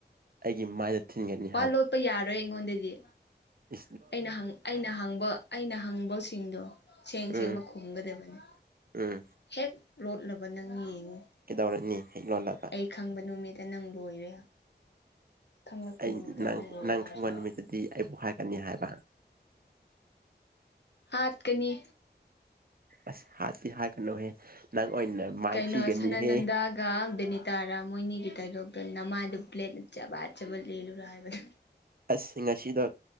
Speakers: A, on the right; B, on the left.
A: ꯑꯩꯒꯤ ꯃꯥꯏꯗ ꯊꯤꯟꯒꯅꯤ
B: ꯋꯥ ꯂꯣꯠꯄ ꯌꯥꯔꯣꯏ ꯑꯩꯉꯣꯟꯗꯗꯤ
A: ꯑ
B: ꯑꯩꯅ ꯍ ꯑꯩꯅ ꯍꯪꯕ ꯑꯩꯅ ꯍꯪꯕꯁꯤꯡꯗꯣ ꯁꯦꯡ ꯁꯦꯡꯕ
A: ꯎꯝ
B: ꯈꯨꯝꯒꯗꯕꯅꯤ
A: ꯎꯝ
B: ꯍꯦꯛ ꯂꯣꯠꯂꯕ ꯅꯪ ꯌꯦꯡꯉꯤ
A: ꯀꯩꯗꯧꯔꯅꯤ ꯍꯦꯛ ꯂꯣꯜꯂꯕ
B: ꯑꯩ ꯈꯪꯕ ꯅꯨꯃꯤꯠꯇ ꯅꯪ ꯂꯣꯏꯔꯦ ꯈꯪꯂꯛꯄ
A: ꯑꯩ
B: ꯅꯨꯃꯤꯠꯇ
A: ꯅꯪ
B: ꯂꯣꯏꯔꯦ
A: ꯅꯪ
B: ꯍꯥꯏꯔꯁꯅꯨ
A: ꯈꯪꯕ ꯅꯨꯃꯤꯠꯇꯗꯤ ꯑꯩꯕꯨ ꯍꯥꯏꯀꯅꯤ ꯍꯥꯏꯕ
B: ꯍꯥꯠꯀꯅꯤ
A: ꯑꯁ ꯍꯥꯗꯤ ꯍꯥꯏ ꯀꯅꯣꯍꯦ ꯅꯪ ꯑꯣꯏꯅ ꯃꯥꯏ
B: ꯀꯩꯅꯣ
A: ꯊꯤꯒꯅꯤꯍꯦ
B: ꯁꯅꯥꯅꯟꯗꯥꯒ ꯕꯦꯅꯤꯇꯥꯔꯥ ꯃꯣꯏꯅꯤꯒꯤ ꯗꯥꯏꯂꯣꯛꯇꯣ ꯅꯃꯥꯗꯤ ꯕꯂꯦꯠꯅ ꯆꯕꯠ ꯆꯕꯥꯠ ꯂꯦꯜꯂꯨꯔꯥ ꯍꯥꯏꯕꯗꯨ
A: ꯑꯁ ꯉꯁꯤꯗ